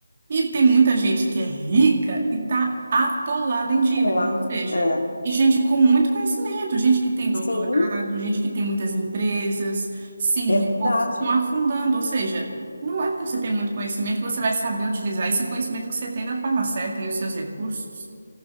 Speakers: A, on the right (about 35°); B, on the left (about 60°).
A: E tem muita gente que é rica e está atolada em dívidas,
B: Alarme.
A: ou seja,
B: É.
A: e gente com muito conhecimento, gente que tem doutorado,
B: Sim,
A: gente que tem muitas empresas, CEOs,
B: verdade.
A: estão afundando, ou seja, não é porque você tem muito conhecimento que você vai saber utilizar esse conhecimento que você tem da forma certa e os seus recursos.